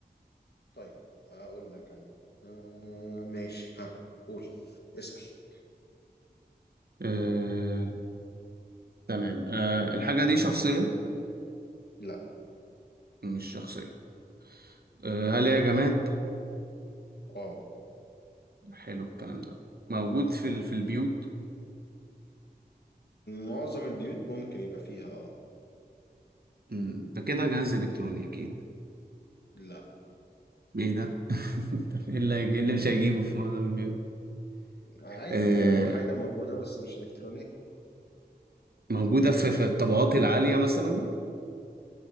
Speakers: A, on the left (about 75°); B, on the right (about 65°).
A: طيب اقول لك انا آه ماشي ها قول اسال
B: آه تمام آه الحاجة دي شخصية
A: لا
B: مش شخصية آه هل هي جماد؟
A: اه
B: حلو الكلام ده موجود في ال- في البيوت
A: معظم البيوت ممكن يبقى فيها اه
B: مم، ده كده جهاز إلكتروني أكيد
A: لا
B: ايه ده؟ <laughs> طب ايه اللي هيجي- إيه اللي مش هيجيبه في معظم البيوت؟
A: عادي
B: آه
A: آه، حاجة موجودة بس مش إلكترونية
B: موجودة في, في الطبقات العالية مثلا